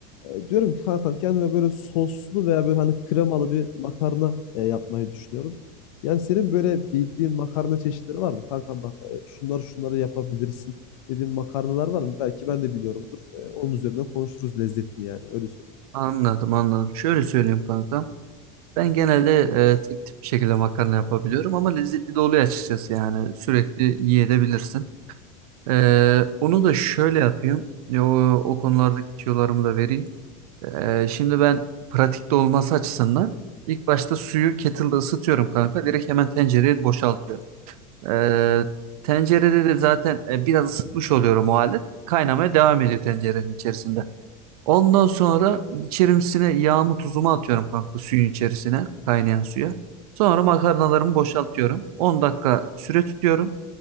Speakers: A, on the left; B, on the right.
A: E, diyorum ki kankam kendime böyle soslu veya böyle hani kremalı bir makarna e, yapmayı düşünüyorum. Yani senin böyle bildiğin makarna çeşitleri var mı? Kankam bak e, şunları şunları yapabilirsin dediğin makarnalar var mı? Belki ben de biliyorumdur. E, onun üzerine konuşuruz lezzetini yani öyle söyleyeyim.
B: Anladım anladım. Şöyle söyleyeyim kankam. Ben genelde e, tek tip bir şekilde makarna yapabiliyorum ama lezzetli de oluyor açıkçası yani sürekli yiyebilirsin. E, onu da şöyle yapayım. E, O, o konulardaki tüyolarımı da vereyim. E, şimdi ben pratikte olması açısından ilk başta suyu kettle'da ısıtıyorum kanka. Direkt hemen tencereye boşaltıyorum. E, tencerede de zaten e, biraz ısıtmış oluyorum o halde. Kaynamaya devam ediyor tencerenin içerisinde. Ondan sonra içerisine yağımı tuzumu atıyorum kanka suyun içerisine kaynayan suya. Sonra makarnalarımı boşaltıyorum. 10 dakika süre tutuyorum.